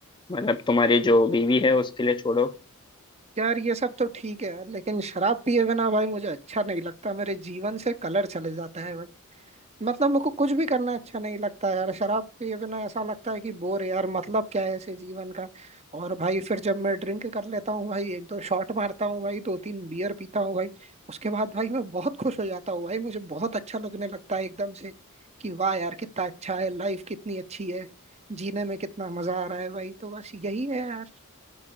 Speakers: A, on the left; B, on the right.
A: मतलब तुम्हारी जो बीवी है उसके लिए छोड़ो
B: यार ये सब तो ठीक है यार लेकिन शराब पिए बिना भाई मुझे अच्छा नहीं लगता मेरे जीवन से कलर चले जाता है मतलब मुझको कुछ भी करना अच्छा नहीं लगता यार शराब पिए बिना ऐसा लगता है कि बोर यार मतलब क्या है ऐसे जीवन का और भाई फिर जब मैं ड्रिंक कर लेता हूँ भाई एक दो शॉट मारता हूँ भाई दो तीन बियर पीता हूँ भाई उसके बाद भाई मैं बहुत खुश हो जाता हूँ भाई मुझे बहुत अच्छा लगने लगता है एकदम से कि वाह यार कितना अच्छा है लाइफ कितनी अच्छी है जीने में कितना मजा आ रहा है भाई तो बस यही है यार